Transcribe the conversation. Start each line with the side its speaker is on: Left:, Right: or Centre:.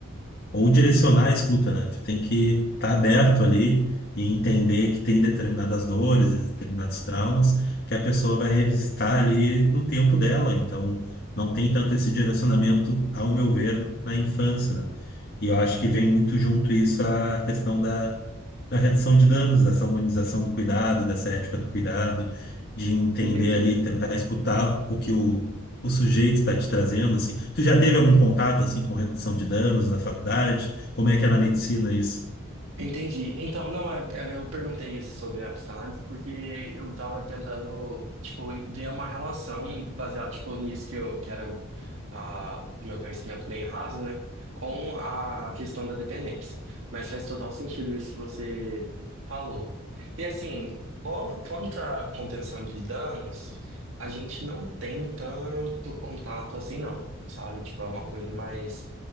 Left: ou direcionar a escuta, né? Tu tem que estar aberto ali e entender que tem determinadas dores, determinados traumas que a pessoa vai revisitar ali no tempo dela. Então, não tem tanto esse direcionamento, ao meu ver, na infância, né? E eu acho que vem muito junto isso a questão da, da redução de danos, dessa humanização do cuidado, dessa ética do cuidado, de entender
Right: Entendi.
Left: ali, tentar escutar o que o o sujeito está te trazendo, assim? Tu já teve algum contato, assim, com redução de danos na faculdade? Como é que é na medicina isso?
Right: Entendi. Então, não, é- é- eu perguntei isso sobre a psicanálise porque eu tava tentando, tipo, ver uma relação baseada, tipo, nisso que eu quero, ah, o meu conhecimento bem raso, né, com a questão da dependência. Mas faz total sentido isso que você falou. E assim, qu- quanto à contenção de danos, a gente não tem tanto contato assim, não, sabe? Tipo, é uma coisa mais,